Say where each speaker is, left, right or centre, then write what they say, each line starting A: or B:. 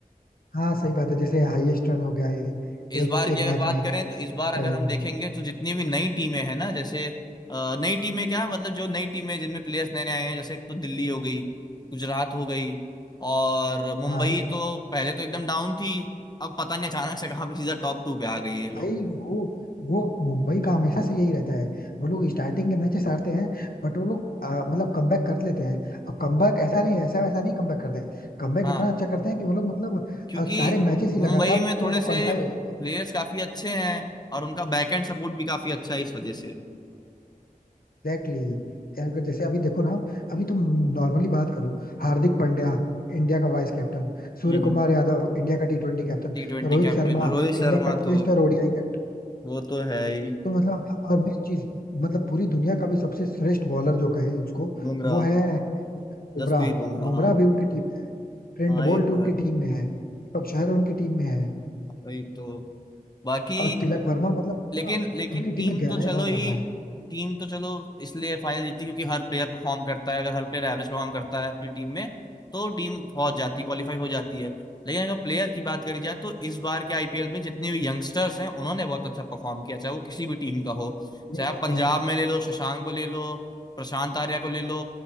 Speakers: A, on the left; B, on the left.
A: हाँ सही बात है जैसे हाईएस्ट रन हो गया ये
B: इस
A: एक
B: बार की
A: एक
B: अगर
A: मैच
B: बात
A: में
B: करें तो
A: सेवन
B: इस बार अगर हम
A: रन
B: देखेंगे तो जितनी भी नई टीमें हैं ना जैसे अ, नई टीमें क्या मतलब जो नई टीमें जिनमें प्लेयर्स नए नए आए हैं जैसे एक तो दिल्ली हो गई गुजरात हो गई और मुंबई
A: हाँ
B: तो पहले तो एकदम डाउन थी अब पता नहीं अचानक से कहाँ पे सीधा टॉप टू पे आ गई ये लोग
A: भाई वो वो मुंबई का हमेशा से यही रहता है वो लोग स्टार्टिंग के मैचेस हारते हैं बट वो लोग अ, मतलब कमबैक कर लेते हैं अब कमबैक ऐसा नहीं ऐसा वैसा नहीं कमबैक करते कमबैक
B: हाँ
A: इतना अच्छा करते हैं कि वो लोग मतलब
B: क्योंकि
A: अ, सारे मैचेस ही
B: मुंबई
A: लगातार जीत
B: में
A: के
B: थोड़े
A: वो लोग
B: से
A: क्वालिफाई हो जाते हैं
B: प्लेयर्स काफी अच्छे हैं और उनका बैकएंड सपोर्ट भी काफी अच्छा है इस वजह से
A: एग्जैक्टली यार अगर जैसे अभी देखो ना अभी तुम नॉर्मली बात करो हार्दिक पांड्या इंडिया का vice captain Surya
B: हम्म
A: Kumar Yadav India का T twenty captain
B: T twenty
A: Rohit
B: captain
A: Sharma
B: Rohit Sharma
A: India का टेस्ट
B: तो
A: और ओडीआई कैप्टन
B: वो तो है ही
A: तो मतलब और मेन चीज मतलब पूरी दुनिया का भी सबसे श्रेष्ठ बॉलर जो कहे उसको
B: बुमराह
A: वो है बुमराह
B: जसप्रीत बुमराह
A: बुमराह
B: हाँ
A: भी उनकी टीम में है ट्रेंट
B: हाँ
A: बोल्ट
B: ये तो
A: उनकी
B: है
A: टीम में है दीपक चहर उनकी टीम में है
B: वही तो बाकी
A: और तिलक वर्मा मतलब पता
B: लेकिन लेकिन
A: उनकी टीम
B: टीम
A: में
B: तो
A: गहराई
B: चलो
A: बहुत
B: ही
A: ज्यादा है
B: टीम तो चलो इसलिए फाइनल जीतती क्योंकि हर प्लेयर परफॉर्म करता है अगर हर प्लेयर एवरेज परफॉर्म करता है अपनी टीम में तो टीम पहुंच जाती है क्वालिफाई हो जाती है लेकिन अगर प्लेयर की बात करी जाए तो इस बार के आईपीएल में जितने भी यंगस्टर्स हैं उन्होंने बहुत अच्छा परफॉर्म किया चाहे वो किसी भी टीम का हो
A: ये
B: चाहे आप
A: बात
B: पंजाब
A: तो है
B: में ले लो शशांक को ले लो प्रशांत आर्या को ले लो